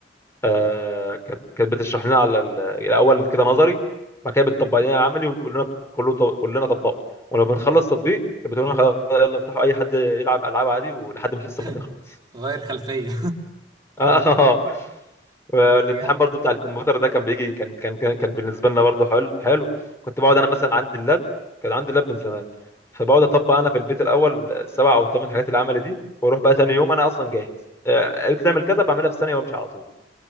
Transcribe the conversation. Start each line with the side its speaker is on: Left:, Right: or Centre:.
Left: آه،
Right: اه
Left: كانت كانت بتشرح لنا على ال- الاول كده نظري بعد كده بتطبق لنا العملي وتقول لنا كله طب- كلنا طبقوا ولما بنخلص تطبيق كانت بتقول لنا خلاص يلا افتحوا اي حد يلعب العاب عادي ولحد ما الحصه
Right: <laughs>
Left: ما تخلص
Right: غير خلفيه
Left: <laughs> اه والامتحان
Right: <laughs> بجد
Left: برضو بتاع الكمبيوتر ده كان بيجي كان كان كان كان بالنسبه لنا برضو حلو حلو كنت بقعد انا مثلا عندي اللاب كان عندي اللاب من زمان فبقعد اطبق انا في البيت الاول السبع او الثمان حاجات العملي دي واروح بقى تاني يوم انا اصلا جاهز آه، قالت لي اعمل كذا بعملها في ثانيه وامشي على طول